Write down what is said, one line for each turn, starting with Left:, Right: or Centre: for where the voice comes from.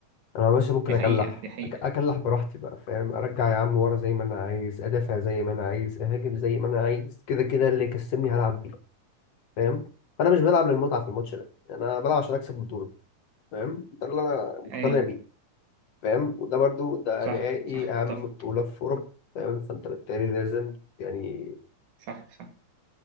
Left: انا باشا ممكن
Right: دي
Left: اكلح
Right: حقيقة دي حقيقة
Left: أك- اكلح براحتي بقى فاهم ارجع يا عم ورا زي ما انا عايز ادافع زي ما انا عايز اهاجم زي ما انا عايز كده كده اللي يكسبني هلعب بيه فاهم فانا مش بلعب للمتعه في الماتش ده يعني انا بلعب عشان اكسب بطوله فاهم ده اللي انا مقتنع
Right: ايه
Left: بيه فاهم وده برضو ده
Right: صح
Left: نهائي
Right: صح
Left: اهم
Right: اتفق
Left: بطوله في اوروبا فاهم فانت بالتالي لازم يعني
Right: صح صح